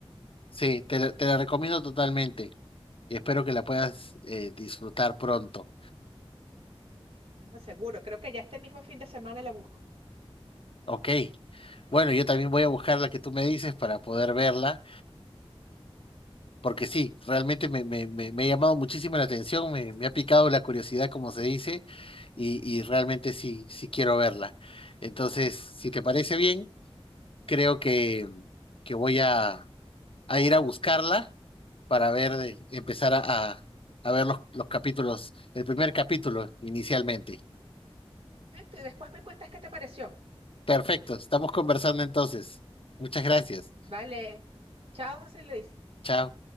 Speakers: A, on the left; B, on the right.
A: Sí, te, la- te la recomiendo totalmente y espero que la puedas eh, disfrutar pronto.
B: No, seguro, creo que ya este mismo fin de semana la busco.
A: Ok, bueno, yo también voy a buscar la que tú me dices para poder verla porque sí, realmente me, me, me, me ha llamado muchísimo la atención, me, me ha picado la curiosidad, como se dice, y, y realmente sí, sí quiero verla. Entonces, si te parece bien, creo que, que voy a, a ir a buscarla para ver, de- empezar a, a, a ver los, los capítulos, el primer capítulo inicialmente.
B: Este, Después me cuentas qué te pareció.
A: Perfecto, estamos conversando entonces. Muchas gracias.
B: Vale. Chao, José Luis.
A: Chao.